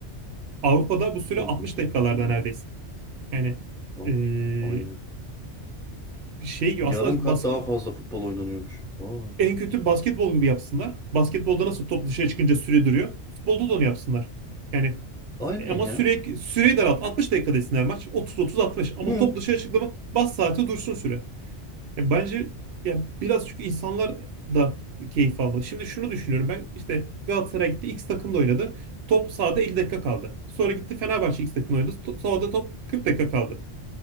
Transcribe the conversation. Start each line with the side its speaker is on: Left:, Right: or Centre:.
Right: Avrupa'da bu süre
Centre: Korkunç.
Right: 60 dakikalarda
Centre: oyun.
Right: neredeyse. Yani
Centre: A-
Right: eee,
Centre: Aynen.
Right: şey gibi
Centre: Yarım
Right: aslında
Centre: kat
Right: basket,
Centre: daha fazla futbol oynanıyormuş. Aa,
Right: en kötü basketbol gibi yapsınlar. Basketbolda nasıl top dışarı çıkınca süre duruyor. Futbolda da onu yapsınlar. Yani
Centre: aynen
Right: e, ama
Centre: ya.
Right: sürekli süreyi daralt. 60 dakika desinler maç. 30-30-60 ama
Centre: Hı.
Right: top dışarı çıktı mı bas saati dursun süre. E, bence ya biraz çünkü insanlar da keyif almalı. Şimdi şunu düşünüyorum ben işte Galatasaray gitti X takımda oynadı. Top sahada 50 dakika kaldı. Sonra gitti Fenerbahçe X takımda oynadı. To- Sahada top 40 dakika kaldı.